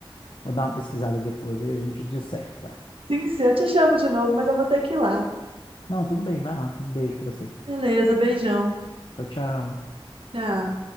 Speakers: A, on the left (about 60°); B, on the right (about 70°).
A: Vou dar uma pesquisada depois e a gente disserta.
B: Sim, sim, eu te chamo de novo, mas eu vou ter que ir lá.
A: Não, tudo bem, vai lá. Um beijo pra você.
B: Beleza, beijão.
A: Tchau, tchau.
B: Tchau.